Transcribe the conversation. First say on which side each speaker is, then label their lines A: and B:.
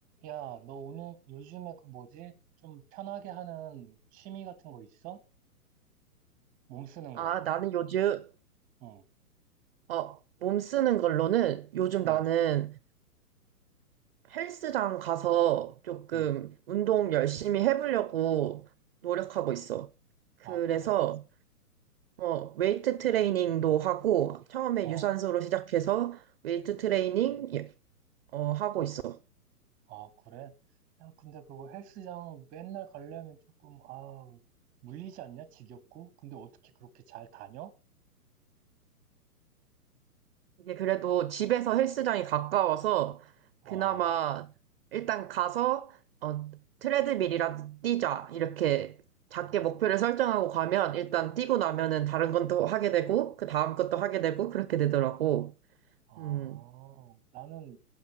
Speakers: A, on the right (about 20°); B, on the right (about 40°).
A: 야, 너 오늘 요즘에 그 뭐지? 좀 편하게 하는 취미 같은 거 있어? 몸 쓰는
B: 아,
A: 거.
B: 나는 요즘,
A: 응,
B: 어, 몸 쓰는 걸로는 요즘
A: 응,
B: 나는 헬스장 가서 조금
A: 응.
B: 운동 열심히 해보려고 노력하고 있어. 그래서,
A: 아, 그래?
B: 어, 웨이트 트레이닝도 하고, 처음에
A: 어,
B: 유산소로 시작해서 웨이트 트레이닝, 예, 어, 하고 있어.
A: 아, 그래? 야, 근데 그거 헬스장 맨날 가려면 조금, 아, 물리지 않냐? 지겹고? 근데 어떻게 그렇게 잘 다녀?
B: 이게 그래도 집에서 헬스장이 가까워서
A: 와,
B: 그나마 일단 가서 어, 트레드밀이라도 뛰자 이렇게
A: 아,
B: 작게 목표를 설정하고 가면 일단 뛰고 나면은 다른 건 또 하게 되고 그 다음 것도 하게 되고 그렇게 되더라고.
A: 아,
B: 음,
A: 나는